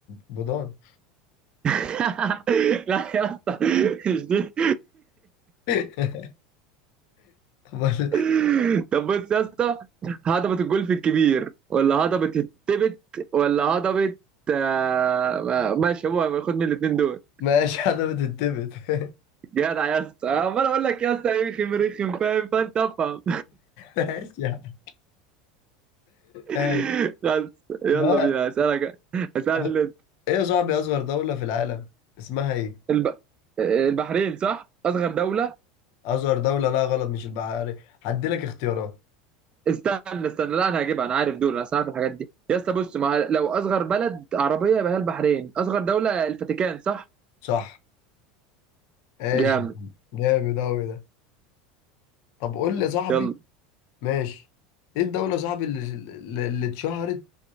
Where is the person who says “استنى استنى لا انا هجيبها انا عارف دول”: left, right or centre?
Right